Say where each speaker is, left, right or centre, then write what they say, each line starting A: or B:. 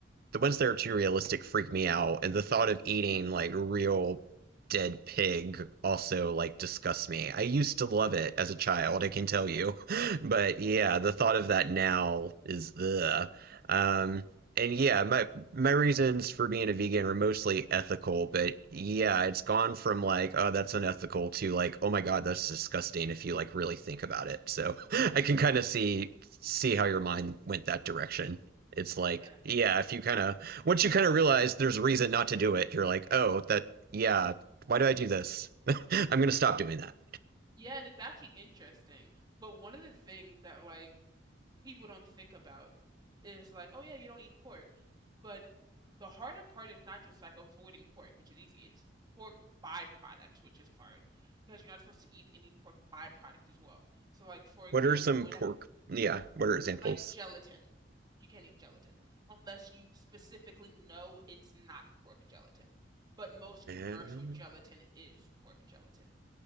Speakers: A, on the right; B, on the right.
A: the ones that are too realistic freak me out. And the thought of eating like real dead pig also like disgusts me. I used to love it as a child, I can tell you. <laughs> But yeah, the thought of that now is ugh. Um, and yeah, my my reasons for being a vegan were mostly ethical, but yeah, it's gone from like, oh, that's unethical to like, oh my God, that's disgusting if you like really think about it. So <laughs> I can kind of see see how your mind went that direction. It's like,
B: Yeah,
A: yeah, if you kind of once you kind of realize there's a reason not to do it, you're like, oh, that yeah, why do I do this? <laughs> I'm gonna stop
B: yeah.
A: doing that.
B: Yeah, and it's actually interesting. But one of the things that like people don't think about is like, oh yeah, you don't eat pork. But the harder part is not just like avoiding pork, which is easy. It's pork byproducts, which is hard because you're not supposed to eat any pork byproduct as well. So, like for example,
A: What are some
B: when
A: pork?
B: I-
A: Yeah, what are examples?
B: like gelatin, you can't eat gelatin unless you specifically know it's not pork gelatin. But most
A: Yeah.
B: commercial gelatin is pork gelatin.